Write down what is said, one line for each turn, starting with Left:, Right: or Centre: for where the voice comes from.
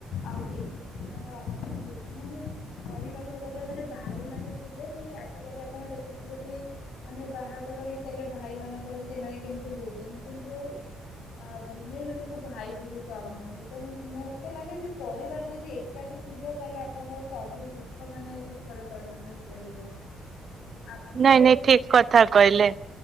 Left: ଆଉ ଏ ଜିନିଷର ଅଛି ରହୁଛି ମାନେ କହିବାକୁ ଗଲେ ମାନେ ଭାଇ ମାନ ଥିଲେ ବି ଆଜି ଆଜିକାଲି ଆପଣ ଦେଖୁ ଥିବେ ବି ମାନେ ବାହାଘର ହେଇସାରିଲା ଭାଇ ମାନଙ୍କର ସେମାନେ କେମିତି ହଉଛନ୍ତି କିନ୍ତୁ ଆ ଭନେଇ ମାନେ କୋଉ ଭାଇଠୁ ବି କମ୍ ନୁହନ୍ତି ତେଣ ମତେ ଲାଗେ ଯେ ପରିବାର ଯଦି ଏକାଠି ଥିବ ତାହେଲେ ଆପଣଙ୍କର ସବୁ ଦୁଃଖ ମାନେ ସୁଖରେ ପରିଣତ ହେଇପାରିବ। ଆଉ ମୁଁ
Right: ନାଇଁ
Left: ଏବେ
Right: ନାଇଁ
Left: ଟି
Right: ଠିକ କଥା କହିଲେ।